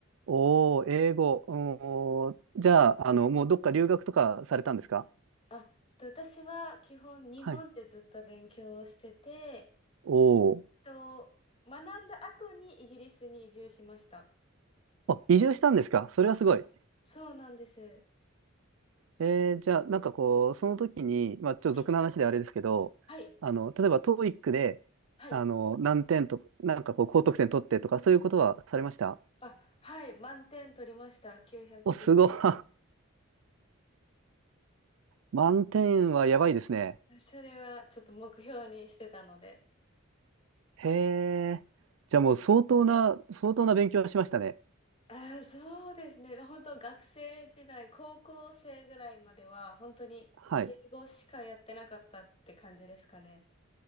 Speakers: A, on the right; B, on the left.
A: おー、英語。おー、じゃあ、あの、もうどっか留学とかされたんですか
B: あ、えっと私は基本日本でずっと勉強をしてて、
A: はい。
B: え
A: おー。
B: っと、学んだ後にイギリスに移住しました。
A: あ、移住したんですかそれはすごい。
B: そうなんです。
A: えー、じゃあ、なんかこう、その時に、まあ、ちょっと俗な話であれですけど、
B: はい、はい、
A: あの、例えば TOEIC で、
B: はい。
A: あの、何点とか、なんかこう、高得点取ってとか、そういうことはされました
B: あ、はい、満点取りました。990。
A: お、すごい。<laughs> 満点はやばいですね。
B: それはちょっと目標にしてたので。
A: へえ。じゃあもう相当な、相当な勉強をしましたね。
B: あー、そうですね。本当学生時代、高校生ぐらいまでは、本当に英語しかやってなかったって感じですかね。
A: はい。